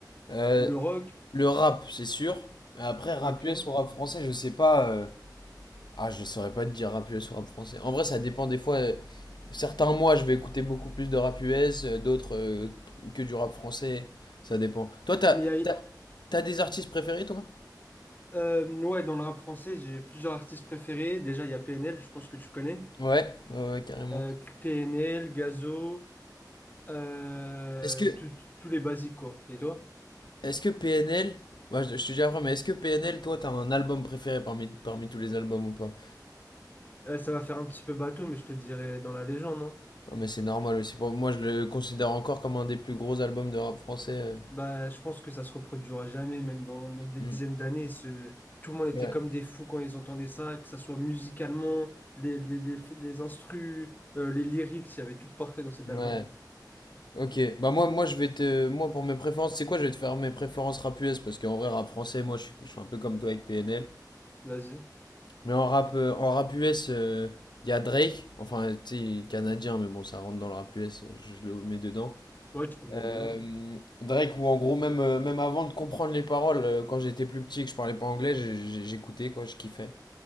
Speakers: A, on the left; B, on the left.
A: Euh,
B: le rock.
A: le rap, c'est sûr. Mais Après, rap
B: Ok.
A: US ou rap français, je sais pas. euh, Ah, je saurais pas te dire rap US ou rap français. En vrai, ça dépend des fois. euh, Certains mois, je vais écouter beaucoup plus de rap US, euh, d'autres euh, que du rap français. Ça dépend. Toi, t'as,
B: Mais il y a-
A: t'as, t'as des artistes préférés, toi?
B: euh, ouais, dans le rap français, j'ai plusieurs artistes préférés. Déjà, il y a PNL, je pense que tu connais.
A: Ouais, ouais, ouais, carrément.
B: Euh, PNL, Gazo, euh,
A: Est-ce que,
B: tout- tout- tous les basiques, quoi. Et toi?
A: est-ce que PNL, bah, je, je te dis après, mais est-ce que PNL, toi, t'as un album préféré parmi, parmi tous les albums ou pas?
B: Euh, ça va faire un petit peu bateau, mais je te dirais dans la légende, hein.
A: Non, mais c'est normal aussi. Pour, moi, je le considère encore comme un des plus gros albums de rap français. euh.
B: Bah, je pense que ça se reproduira jamais, même dans, dans des
A: Mm.
B: dizaines d'années. Ce... Tout le monde était
A: Ouais,
B: comme des fous quand ils entendaient ça, que ça soit musicalement, les, les, les, les instrus, euh, les lyrics, il y avait tout de parfait dans cet
A: ouais.
B: album.
A: Ok, bah moi, moi je vais te, moi pour mes préférences, c'est quoi? Je vais te faire mes préférences rap US parce qu'en vrai rap français, moi je suis, je suis un peu comme toi avec PNL.
B: Vas-y.
A: Mais en rap, euh, en rap US, il y a Drake, enfin, tu sais, canadien, mais bon, ça rentre dans le rap US, je, je le mets dedans.
B: Ouais, tu peux me
A: Euh,
B: mettre dedans.
A: Drake, ou en gros, même, euh, même avant de comprendre les paroles, euh, quand j'étais plus petit et que je parlais pas anglais, j'ai- j'ai- j'écoutais, quoi, je kiffais.